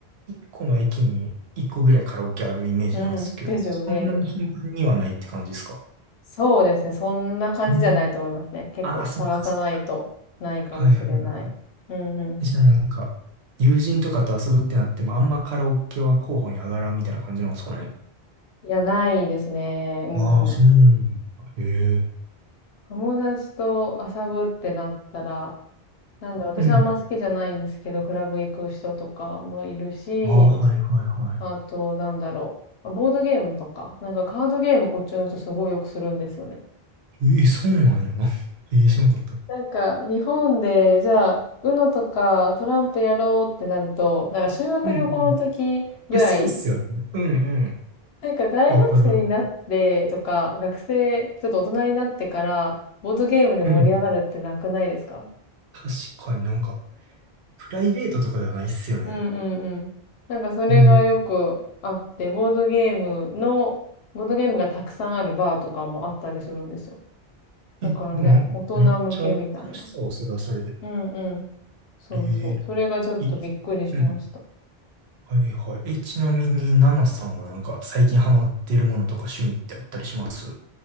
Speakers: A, on the right; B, on the left.
A: 一個の駅に一個ぐらいカラオケあるイメージなんですけど、
B: うん。うん。ですよね。
A: そんなに頻繁にはないって感じですか
B: そうですね。そんな感じじゃないと思いますね。
A: うん。
B: 結構探さないとないかもしれない。
A: ああ、そっかそっか。はいはい。
B: うんう
A: じゃあなんか、友人とかと遊ぶってなっても、あんまカラオケは候補に上がらんみたいな感じなんですかね。
B: ん。いや、ないですね。うんうん。
A: ああ、そうなんだ。へえ。
B: 友達と遊ぶってなったら、なんで私はあんま好きじゃないんですけど、
A: うん。
B: クラブ行く人とかもいるし、
A: ああ、はいはいは
B: あと、なんだろう。ボードゲームとか、なんかカードゲームこっちの人すごいよくするんですよね。
A: い。ええ、そうなんやな。<laughs> ええ、知らんかった。
B: なんか、日本で、じゃあ、UNO とかトランプやろうってなると、なんか修学旅行の時ぐらい
A: うんうん。いや、そうっすよね。うんうん。
B: なんか大学生になってとか、
A: わかるわか
B: 学生、ちょっと大人になってから、ボードゲームで盛り上がるってなくないですか
A: る。うん。確かになんか、プライベートとかではないっすよね。
B: うんうんうん。なんかそれがよくあって、
A: へえ。
B: ボードゲームの、ボードゲームがたくさんあるバーとかもあったりするんですよ。
A: え、
B: だからね、
A: でもなんか、
B: 大人向けみたいな。
A: めっちゃ楽しそう、それはそれで。
B: うんうん。そうそう。
A: ええ、
B: それがちょっとびっくりしました。
A: いいっす。うんはいはい。え、ちなみに、ナナさんはなんか最近ハマってるものとか趣味ってあったりします